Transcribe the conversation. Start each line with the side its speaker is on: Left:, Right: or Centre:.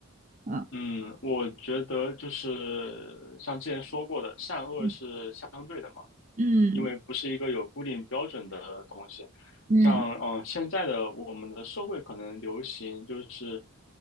Right: <laughs> 嗯
Left: 嗯，我觉得就是像之前说过的，善恶是相对的嘛。
Right: 嗯嗯
Left: 因为不是一个有固定标准的东西。
Right: 嗯
Left: 像嗯、呃现在的我们的社会可能流行就是，